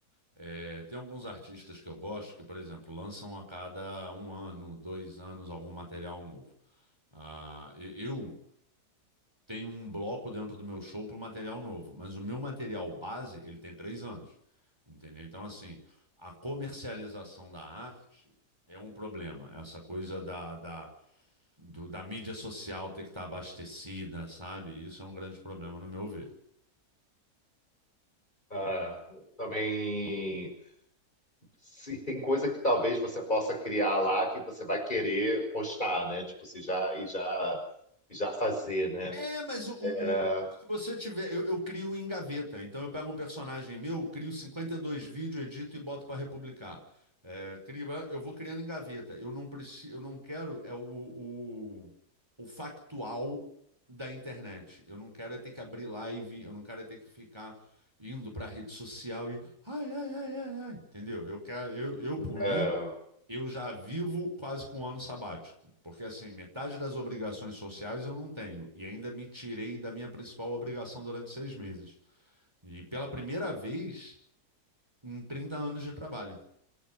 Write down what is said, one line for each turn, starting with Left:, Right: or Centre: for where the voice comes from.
Right: é, tem alguns artistas que eu gosto que, por exemplo, lançam a cada um ano, dois anos, algum material novo. Ah, e- eu tenho um bloco dentro do meu show para material novo, mas o meu material base, ele tem três anos, entendeu? Então, assim, a comercialização da arte é um problema. Essa coisa da, da do- da mídia social ter que estar abastecida, sabe? Isso é um grande problema, no meu ver.
Left: ah, também se tem coisa que talvez você possa criar lá que você vai querer postar, né? Tipo, você já e já e já fazer, né?
Right: É, mas o, o-
Left: É,
Right: o- se você tiver. Eu, eu crio em gaveta. Então eu pego um personagem meu, crio 52 vídeos, edito e boto para republicar. É, crio- eu vou criando em gaveta. Eu não preciso, eu não quero é o, o, o factual da internet. Eu não quero é ter que abrir live, eu não quero é ter que ficar indo para a rede social e ai, ai, ai, ai, ai. Entendeu? Eu quero, eu, eu por
Left: é,
Right: mim, eu já vivo quase com um ano sabático, porque assim, metade das obrigações sociais eu não tenho, e ainda me tirei da minha principal obrigação durante seis meses. E pela primeira vez em 30 anos de trabalho.